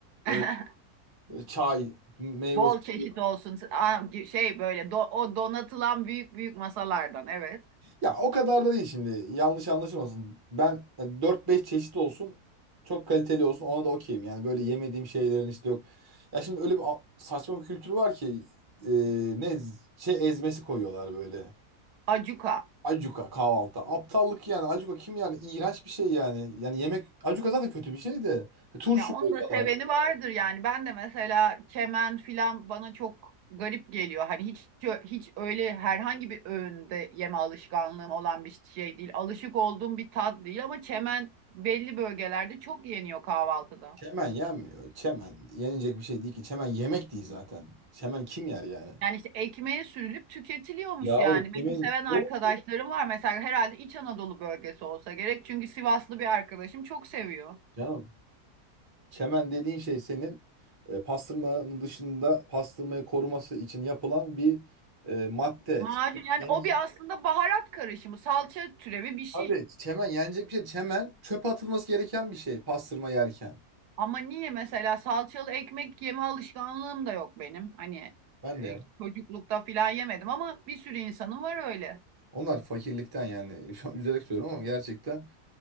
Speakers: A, on the right (about 20°); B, on the right (about 80°).
A: böyle,
B: <laughs>
A: böyle çay, meyve
B: Bol
A: suyu.
B: çeşit olsun. Aa, Şey böyle do- o donatılan büyük büyük masalardan evet.
A: Ya o kadar da değil şimdi. Yanlış anlaşılmasın. Ben e, 4-5 çeşit olsun, çok kaliteli olsun ona da okeyim. Yani böyle yemediğim şeylerin işte yok. Ya şimdi öyle bir a- saçma bir kültür var ki e, ne z- şey ezmesi koyuyorlar böyle.
B: Acuka.
A: Acuka kahvaltı. Aptallık yani. Acuka kim yani? İğrenç bir şey yani. Yani yemek... Acuka zaten kötü bir şey de. E, Turşu
B: Ya onu
A: koyuyorlar.
B: da seveni vardır yani. Ben de mesela kemen filan bana çok garip geliyor. Hani hiç hiç öyle herhangi bir öğünde yeme alışkanlığım olan bir şey değil. Alışık olduğum bir tat değil ama çemen belli bölgelerde çok yeniyor kahvaltıda.
A: Çemen yenmiyor. Çemen yenilecek bir şey değil ki. Çemen yemek değil zaten. Çemen kim yer yani?
B: Yani işte ekmeğe sürülüp tüketiliyormuş
A: Yahu
B: yani.
A: çemen...
B: Benim seven arkadaşlarım
A: O
B: var mesela herhalde İç Anadolu bölgesi olsa gerek. Çünkü Sivaslı bir arkadaşım çok seviyor.
A: canım. Çemen dediğin şey senin e, pastırmanın dışında pastırmayı koruması için yapılan bir e, madde.
B: Macun
A: Çemen
B: yani
A: yenecek.
B: o bir aslında baharat karışımı, salça türevi bir şey.
A: Abi çemen yenecek bir şey. Çemen çöpe atılması gereken bir şey pastırma yerken.
B: Ama niye mesela salçalı ekmek yeme alışkanlığım da yok benim. Hani
A: Ben de
B: e, çocuklukta filan yemedim ama bir sürü insanın var öyle.
A: Onlar fakirlikten yani <laughs> şu an üzerek söylüyorum ama gerçekten